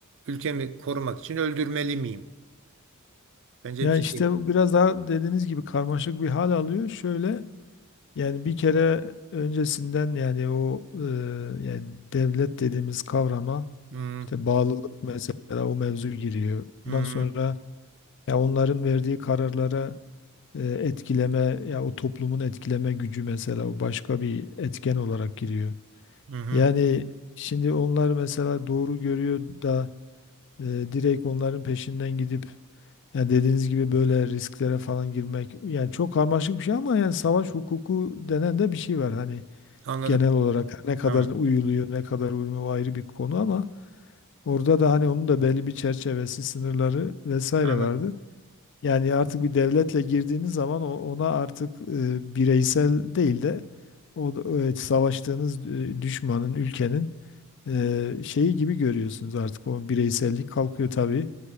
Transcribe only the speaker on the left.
Ya
işte bu biraz daha dediğiniz gibi karmaşık bir hal alıyor. Şöyle yani bir kere öncesinden yani o e, yani devlet dediğimiz kavrama
işte bağlılık mesela o mevzu giriyor.
Ondan sonra ya onların verdiği kararlara e, etkileme ya o toplumun etkileme gücü mesela o başka bir etken olarak giriyor.
Yani şimdi onlar mesela doğru görüyor da E, direkt onların peşinden gidip yani dediğiniz gibi böyle risklere falan girmek yani çok karmaşık bir şey ama yani savaş hukuku denen de bir şey var hani
genel olarak ne kadar
uyuluyor ne kadar uyulmuyor o ayrı bir konu ama orada da hani onun da belli bir çerçevesi sınırları vesaire
vardır. Yani artık bir devletle girdiğiniz zaman o- ona artık e, bireysel değil de o e, savaştığınız e, düşmanın ülkenin e, şeyi gibi görüyorsunuz artık o bireysellik kalkıyor tabii.